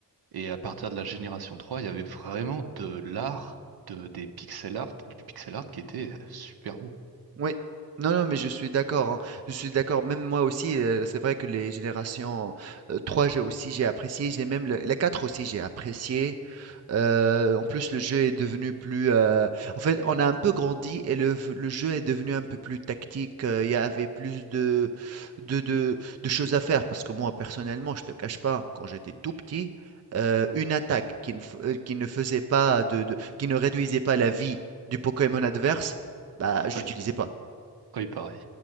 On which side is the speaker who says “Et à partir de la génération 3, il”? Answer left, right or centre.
Right